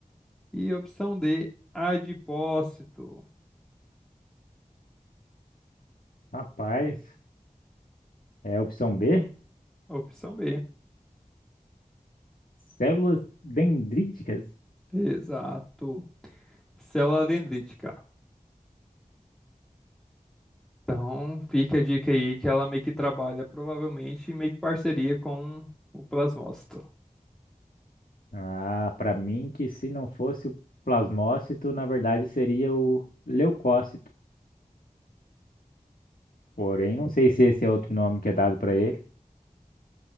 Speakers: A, in the centre; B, on the left.
A: E opção D, adipócito.
B: Rapaz. É a opção B?
A: Opção B.
B: Células dendríticas?
A: Exato. Célula dendrítica. Então, fica a dica aí que ela meio que trabalha, provavelmente, meio que parceria com o plasmócito.
B: Ah, para mim que se não fosse o plasmócito, na verdade seria o leucócito. Porém, não sei se esse é outro nome que é dado para ele,